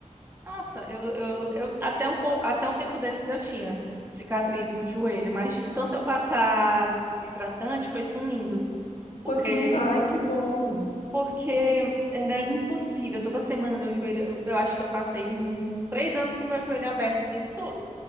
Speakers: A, on the right; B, on the left.
A: Nossa, eu, eu, eu- até um, po- até um tempo desses eu tinha cicatriz no joelho, mas tanto eu passar hidratante foi sumindo, porque
B: foi sumindo, ai, que bom.
A: porque era impossível. Toda semana meu joelho, eu, eu acho que eu passei uns três anos com meu joelho aberto o tempo todo.